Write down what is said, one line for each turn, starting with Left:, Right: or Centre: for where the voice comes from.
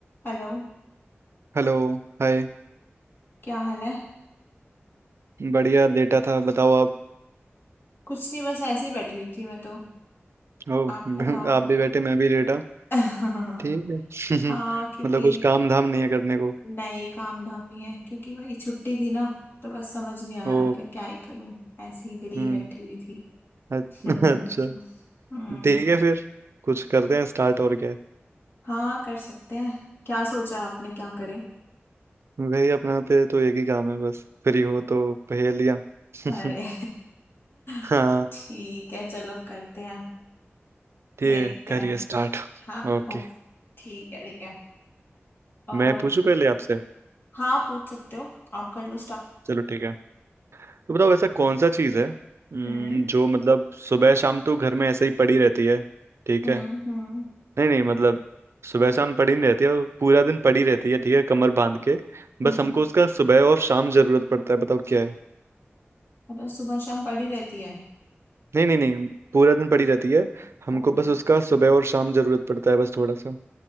Left: Hello
Right: Hello Hi
Left: क्या हाल है
Right: बढ़िया लेटा था बताओ आप
Left: कुछ नहीं बस ऐसे ही बैठी हुई थी मैं तो
Right: हो
Left: आप
Right: <laughs>
Left: बताओ
Right: आप भी बैठे मैं भी लेटा
Left: <laughs>
Right: ठीक है <laughs>
Left: हाँ क्योंकि
Right: मतलब कुछ काम धाम नहीं है करने को
Left: नई काम धाम नहीं है क्योंकि वही छुट्टी थी ना तो बस समझ नहीं आया
Right: ओ
Left: मैं क्या क्या ही करूं ऐसे ही विली
Right: हम्म
Left: बैठी हुई थी
Right: अ-
Left: <laughs>
Right: <laughs>
Left: हम्म
Right: अच्छा ठीक है फिर कुछ करते हैं स्टार्ट और क्या है
Left: हाँ कर सकते हैं क्या सोचा है आपने क्या करें
Right: भाई अपना पे तो एक ही काम है बस फ्री हो तो पहेलियाँ <laughs>
Left: अरे <laughs>
Right: हाँ
Left: ठीक है चलो करते हैं
Right: ठीक
Left: देखते
Right: है करिए
Left: हैं
Right: स्टार्ट
Left: हाँ
Right: ओके
Left: ओ ठीक है ठीक है और
Right: मैं पूछूं पहले आपसे
Left: हाँ पूछ सकते हो आप कर लो
Right: चलो ठीक है तो बताओ ऐसा कौन सा चीज़ है हम्म,
Left: हम्म
Right: जो मतलब सुबह शाम तो घर में ऐसे ही पड़ी रहती है ठीक
Left: हम्म
Right: है
Left: हम्म
Right: नहीं नहीं मतलब सुबह शाम पड़ी नहीं रहती है वो पूरा दिन पड़ी रहती है ठीक है कमर बांध के
Left: हम्म।
Right: बस हमको उसका सुबह और शाम जरूरत पड़ता है बताओ क्या है
Left: मतलब सुबह शाम पड़ी रहती है
Right: नहीं नहीं नहीं पूरा दिन पड़ी रहती है हमको
Left: हम्म
Right: बस उसका सुबह और शाम जरूरत पड़ता है बस थोड़ा सा